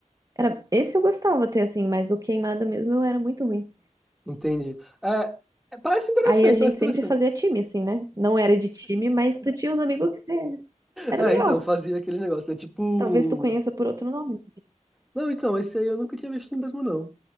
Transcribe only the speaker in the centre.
Entendi. É, é, parece interessante,
parece interessante.
<laughs>
É,
então, fazia aqueles negócios, né? Tipo.
Não, então, esse aí eu nunca tinha visto mesmo, não.